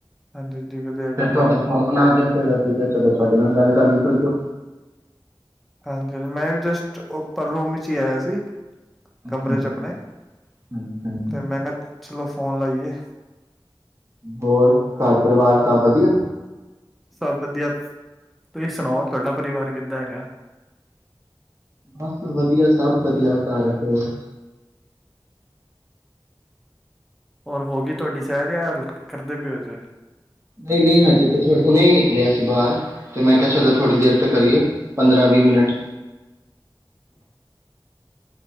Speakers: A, in the centre; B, on the right (about 35°).
A: ਹਾਂਜੀ ਹਾਂਜੀ ਵਧੀਆ
B: ਫੇਰ
A: ਗੱਲ
B: ਤੁਹਾਡਾ
A: ਹੈ
B: ਫੋਨ ਆ ਗਿਆ ਫਿਰ ਅਸੀਂ ਚਲੋ ਤੁਹਾਡੇ ਨਾਲ ਗੱਲ ਕਰ ਲਈ ਥੋੜੀ ਦੇਰ
A: ਹਾਂਜੀ ਹਾਂਜੀ ਮੈਂ ਵੀ ਜਸਟ ਪਰ ਉਹ ਰੂਮ ਵਿੱਚ ਹੀ ਆਇਆ ਸੀ ਕਮਰੇ
B: ਅੱਛਾ ਅੱਛਾ
A: ਚ ਆਪਣੇ
B: ਹਾਂਜੀ ਹਾਂਜੀ
A: ਤੇ ਮੈਂ ਕਿਹਾ ਚਲੋ ਫੋਨ ਲਾਈਏ
B: ਹੋਰ ਘਰ ਪਰਿਵਾਰ ਸਭ ਵਧੀਆ
A: ਸਭ ਵਧੀਆ ਤੁਸੀਂ ਸੁਣਾਓ ਤੁਹਾਡਾ ਪਰਿਵਾਰ ਕਿੱਦਾਂ ਹੈਗਾ
B: ਬਸ ਵਧੀਆ ਸਭ ਵਧੀਆ ਘਰ ਹੋਰ
A: ਹੋਰ ਹੋ ਗਈ ਤੁਹਾਡੀ ਸਹਿਰ ਯਾਂ ਕਰਦੇ ਪਿਓ ਜੇ
B: ਨਹੀਂ ਨਹੀਂ ਹਜੇ ਤੇ ਥੋੇ ਹੁਣੇ ਹੀ ਨਿਕਲਿਆ ਸੀ ਬਾਹਰ ਤੇ ਮੈਂ ਕਿਹਾ ਚਲੋ ਥੋੜੀ ਦੇਰ ਤੇ ਕਰੀਏ ਪੰਦਰਾਂ ਵੀਹ ਮਿੰਟ